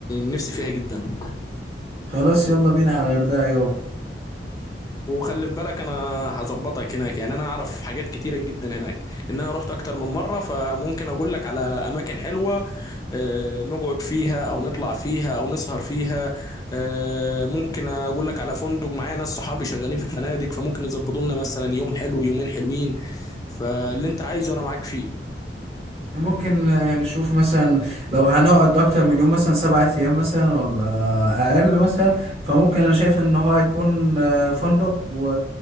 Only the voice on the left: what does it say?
نفسي فيها جدا
وخلي في بالك انا هظبطك هناك يعني انا اعرف حاجات كتيره جدا هناك لان انا رحت اكتر من مره فممكن اقول لك على اماكن حلوه آه، نقعد فيها او نطلع فيها او نسهر فيها آه، ممكن اقول لك على فندق معايا ناس صحابي شغالين في فنادق فممكن يظبطوا لنا مثلا يوم حلو يومين حلوين فاللي انت عايزه انا معاك فيه